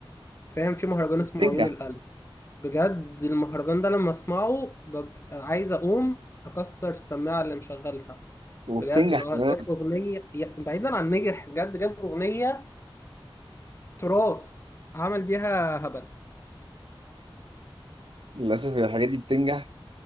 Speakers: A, on the left; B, on the right.
A: فاهم في مهرجان
B: بتنجح
A: اسمه عيون القلب بجد المهرجان ده لما اسمعه ببقى عايز اقوم اكسر السماعه اللي مشغلها
B: وبتنجح
A: بجد اللي هو
B: كمان
A: جاب اغنيه يا- بعيدا عن نجح بجد جاب اغنيه تراث عمل بيها هبل
B: للاسف الحاجات دي بتنجح